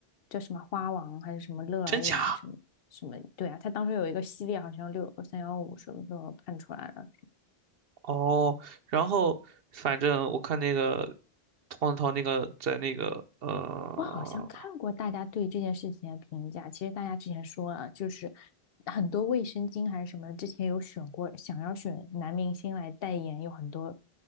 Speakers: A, on the left; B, on the right.
A: 叫什么花王，还是什么乐尔雅什么什么，
B: 真假？
A: 对啊，它当时有一个系列，好像六三幺五什么时候判出来了，
B: 哦，然后反正我看那个黄子韬那个在那个呃，
A: 我好像看过大家对这件事情的评价，其实大家之前说了，就是很多卫生巾还是什么，之前有选过，想要选男明星来代言，有很多